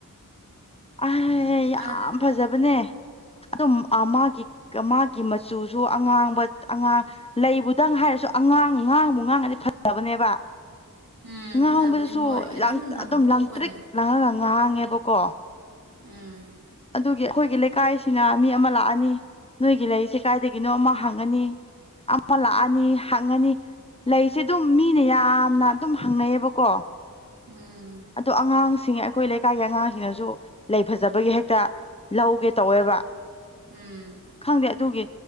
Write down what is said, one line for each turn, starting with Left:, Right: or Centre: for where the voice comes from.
Left: ꯑ ꯌꯥꯝ
Right: ꯑꯥꯠ
Left: ꯐꯖꯕꯅꯦ ꯑꯗꯨꯝ ꯃꯥꯒꯤ ꯃꯥꯒꯤ ꯃꯆꯨꯁꯨ ꯑꯉꯥꯡꯕ ꯑꯉꯥꯡ ꯂꯩꯕꯨꯗꯪ ꯍꯥꯏꯔꯁꯨ ꯑꯉꯥꯡ ꯉꯥꯡꯕꯨ ꯉꯥꯡꯉꯗꯤ ꯐꯖꯕꯅꯦꯕ
Right: ꯎꯝ
Left: ꯉꯥꯡꯕꯗꯨꯁꯨ
Right: ꯐꯖꯕꯅꯦ ꯍꯣꯏ ꯂꯪꯊꯣꯛꯄꯅꯦ
Left: ꯑꯗꯨꯝ ꯂꯥꯡꯇ꯭ꯔꯤꯛ ꯂꯥꯡꯉꯒ ꯉꯥꯡꯉꯦꯕꯀꯣ
Right: ꯎꯝ
Left: ꯑꯗꯨꯒꯤ ꯑꯩꯈꯣꯏꯒꯤ ꯂꯩꯀꯥꯏꯁꯤꯅ ꯃꯤ ꯑꯃ ꯂꯥꯛꯑꯅꯤ ꯅꯣꯏꯒꯤ ꯂꯩꯔꯤꯁꯦ ꯀꯥꯏꯗꯒꯤꯅꯣ ꯑꯃ ꯍꯪꯉꯅꯤ ꯑꯃ ꯂꯥꯛꯑꯅꯤ ꯍꯪꯉꯅꯤ ꯂꯩꯁꯦ ꯑꯗꯨꯝ ꯃꯤꯅ ꯌꯥꯝꯅ ꯑꯗꯨꯝ ꯍꯪꯅꯩꯌꯦꯕꯀꯣ
Right: ꯎꯝ
Left: ꯑꯗꯣ ꯑꯉꯥꯡꯁꯤꯡ ꯑꯩꯈꯣꯏ ꯂꯩꯀꯥꯏꯒꯤ ꯑꯉꯥꯡꯁꯤꯡꯅꯁꯨ ꯂꯩ ꯐꯖꯕꯒꯤ ꯍ ꯇ ꯂꯧꯒꯦ ꯇꯧꯋꯦꯕ
Right: ꯎꯝ
Left: ꯈꯪꯗꯦ ꯑꯗꯨꯒꯤ